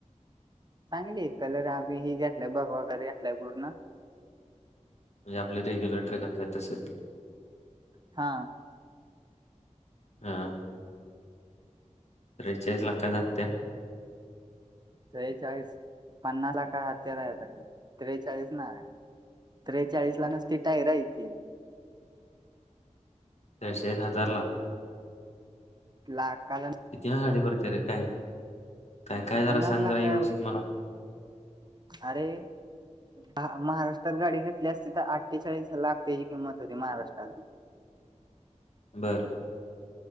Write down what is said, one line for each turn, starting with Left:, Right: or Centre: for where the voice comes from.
Right: चांगली कलर आम्हीी घेतलाय बघ वगर घेतलाय पूर्ण
Left: म्हणजे आपले रेग्युलर ट्रकात असेल
Right: हा
Left: हा त्रेचाळीस लाख जात
Right: त्रेचाळीस पन्ना ला काय हत्यार आहेता त्रेचाळीस ना त्रेचाळीस ला नसती टायर यथे
Left: तशळीठ हजार ला
Right: ला का
Left: किती ना गाडी परत रे काय काय काय जरा
Right: पन्नास
Left: सांग
Right: लाख
Left: जरावसित
Right: काय
Left: मला
Right: अरे ह महाराष्ट्रात गाडी घेतली अस त तर आठ्ठेचाळीस लाख त्याची किंमत होती महाराष्ट्रात
Left: बरं